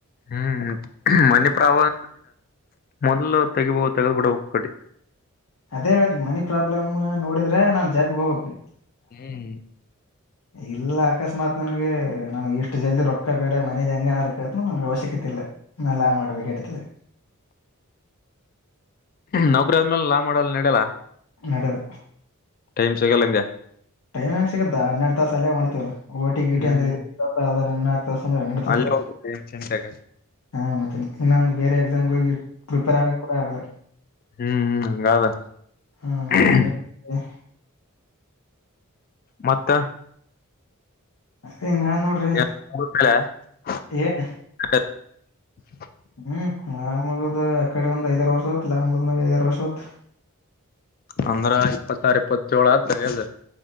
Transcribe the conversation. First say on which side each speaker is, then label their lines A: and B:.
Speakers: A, on the left (about 40°); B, on the left (about 80°).
A: ಹ್ಮ್ ಮನೆಿ ಪ್ರಬಲ ಮೊದ್ಲು ತೆಿಬೋ ತಗಲ್ಬಿಡ ಹೋಗ ಕಡಿ
B: ಅದೇ ಹೇತಿ ಮನಿ ಪ್ರಾಬ್ಲಮ್ ನೋಡಿದ್ರೆ ನಾನ್ ಜಾಬಿಗೆ ಹೋಗ್ಬೇಕು
A: ಹ್ಮ್
B: ಇಲ್ಲ ಅಕಸ್ಮಾತ್ ನನ್ಗೆ ನಮ್ಗೆ ಇಷ್ಟು ಜಲ್ದಿ ರೊಕ್ಕ ಬೇಡ ಮನೆದ ಹಂಗನ ಕದ್ಮ ನನ್ಗೆ ಅವಶ್ಯಕತೆ ಇಲ್ಲ ನಲ್ಲಾ ಮಡುವಕ್ಕೆ ಎತದೆ
A: ನೌಕರಿ ಆದ್ಮೇಲೆ ಲಾ ಮಾಡಲ್ಲ ನೆಡ್ಯಲ್ಲ
B: ನಡೆಲ್ಲ
A: ಟೈಮ್ ಸಿಗಲೆಂದೆ
B: ಟೈಮ್ ಹೆಂಗ ಸಿಗುತ್ತಾ ಹನ್ನೆರಡು ತಾಸ ಅಲ್ಲೇ ಮಾಡ್ತತಿವಲ್ಲ ಓಟಿ ಗಿಟಿ
A: ಹ್ಮ್
B: <unintelligible> ಅಂದ್ರೆ ಂದ್ರೆ ನಡ್ ತೋಸದ್ದು
A: ಅಲ್ಲೇ ಹೋಗ
B: <unintelligible>
A: ಚಿಂತೆಗೆ
B: ಹ ಮತ್ತ ಇನ್ನ ಬೇರೆ ಎಕ್ಸಾಮ್ಗಳಿಗೆ ಪ್ರಿಪೆರಾನ ಕುಡ ಆಗಲ
A: ಹ್ಮ್್ಮ್ಂಗಾದ
B: ಹ್ಮ್
A: <inaudible>
B: ಚೆನ್ನಾಗಿ ಅದೇ
A: ಮತ್ತ
B: ಹಿಂಗ
A: <inaudible>
B: ನೋಡ್ರಿ ಏನ್ ಹ್ಮ್ ನ ಮುಗದ್ ಆ ಕಡೆ ಒಂದ್ ಐದರ್ ವರ್ಷ ಹತ್ ಮುಗದ್ ಮಾಗ ಐದಾರ ವರ್ಷ ಹತ್
A: ಅಂದ್ರ ಇಪ್ಪತ್ತಾರ ಇಪ್ಪತ್ಯೋಳು ಆ ತಗದ